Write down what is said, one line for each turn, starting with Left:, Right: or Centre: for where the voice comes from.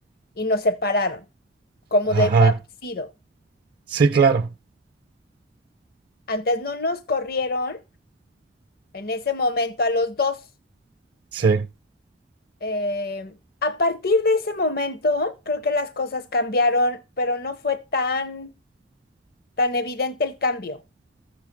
Left: y nos separaron, como
Right: Ajá.
Left: debía haber sido.
Right: Sí, claro.
Left: Antes no nos corrieron en ese momento a los dos.
Right: Sí,
Left: Eh, a partir de ese momento, creo que las cosas cambiaron, pero no fue tan, tan evidente el cambio.